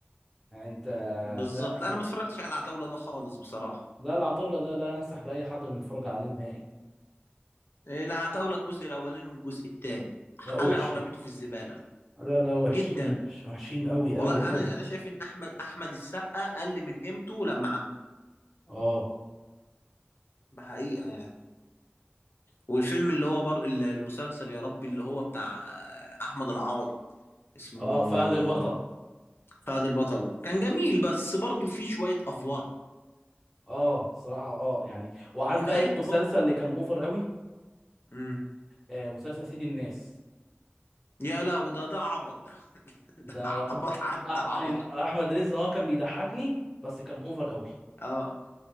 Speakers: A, in the centre; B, on the left.
A: يعني انت
B: بالظبط
A: ده
B: لا انا ما اتفرجتش على العتاوله ده خالص بصراحه
A: لا العتاوله ده لا انصح باي حد من الفرجه عليه نهائي
B: العتاوله الجزء الاولاني والجزء الثاني
A: لا وحش
B: حلقه ورميته في الزباله
A: لا لا وحشين
B: جدا
A: وحش- وحشين قوي
B: والله
A: قوي
B: انا
A: قوي
B: انا شايف ان احمد احمد السقا قل من قيمته لما عمله
A: اه
B: بحقيقه يعني والفيلم اللي هو بر... المسلسل يا ربي اللي هو بتاع احمد العوضي اسمه
A: اه فهد البطل
B: فهد البطل كان جميل بس برضه فيه شويه افوره
A: اه الصراحه اه يعني وعارف
B: ونهايته
A: بقى ايه المسلسل
B: برضه
A: اللي كان اوفر قوي
B: امم
A: آه مسلسل سيد الناس
B: يا لهوي ده ده عبط ده <laughs>
A: ده
B: ده عبط
A: والله
B: عدى
A: أح...
B: العبط
A: أي- احمد رزق اه كان بيضحكني بس كان اوفر قوي
B: اه